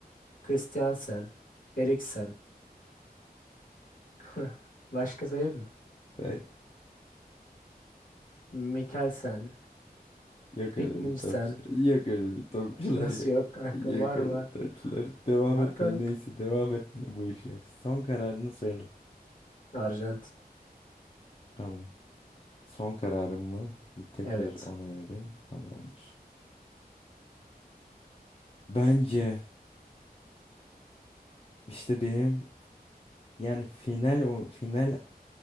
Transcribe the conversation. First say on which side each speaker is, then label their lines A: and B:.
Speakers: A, on the left; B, on the left.
A: Christiansen, Eriksen. <laughs> Başka sayayım mı?
B: Say.
A: Mikkelsen,
B: Yok
A: Fiknirsen,
B: öyle bir topçu. Yok öyle bir topçular
A: Nasıl
B: yok.
A: yok kanka?
B: Yok
A: Var
B: öyle
A: var.
B: topçular. Devam
A: Var
B: etme
A: kanka.
B: neyse devam etme bu işe. Son kararını söyle.
A: Arjantin.
B: Tamam. Son kararım mı? Bir tekrar
A: Evet.
B: onaylayayım Tamamdır. Bence işte benim yani final o- final